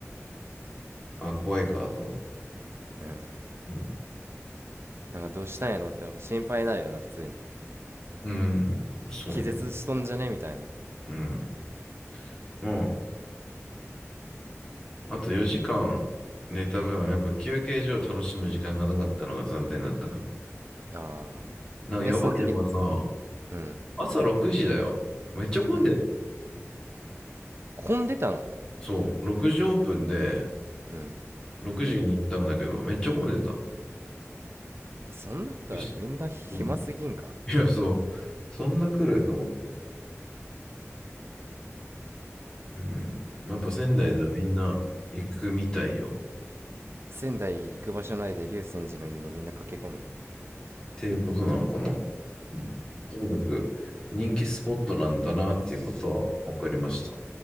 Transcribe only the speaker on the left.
<laughs> あ、怖いか、と思って。
うん。
うん、そうね。
うん。もう、あと4時間寝た分、やっぱ休憩所を楽しむ時間がなかったのが残念だったから。
なんかやばいのがさ、
朝6時だよ。めっちゃ混んで、
そう、6時オープンで、
6時に行ったんだけど、めっちゃ混んでた。
よしうん。いや、そう、そんな来ると思って。うん。やっぱ仙台ではみんな行くみたいよ。
っ
ていうことなのかな。うんともかく人気スポットなんだなっていうことは分かりました。